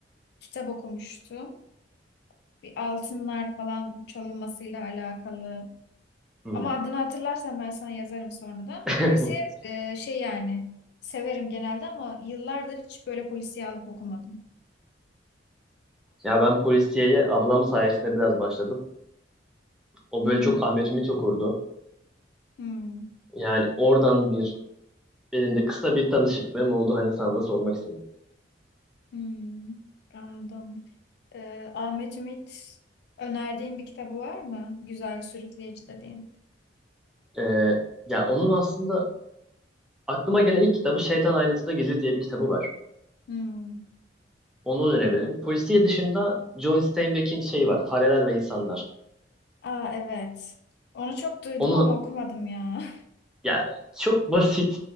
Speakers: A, on the left; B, in the centre.
A: kitap okumuştum. Bir altınlar falan çalınmasıyla alakalı.
B: Hı.
A: Ama adını hatırlarsam ben sana yazarım sonradan.
B: <laughs>
A: Polisiye e, şey yani severim genelde ama yıllardır hiç böyle polisiye alıp okumadım.
B: Ya ben polisiyeye ablam sayesinde biraz başladım. O
A: Hı
B: böyle
A: hı.
B: çok Ahmet Ümit okurdu.
A: Hı.
B: Yani oradan bir elinde kısa bir tanışıklığım oldu. Hani sana da sormak istedim.
A: Hmm, anladım. Ee, Ahmet Ümit önerdiğin bir kitabı var mı? Güzel, sürükleyici dediğin.
B: Ee, ya onun aslında aklıma gelen ilk kitabı Şeytan Aynasında Gizli diye bir kitabı var.
A: Hmm.
B: Onu önerebilirim. Polisiye dışında John Steinbeck'in şey var. Fareler ve İnsanlar.
A: Aa evet. Onu çok duydum
B: Onu
A: ama okumadım ya. <laughs>
B: ya çok basit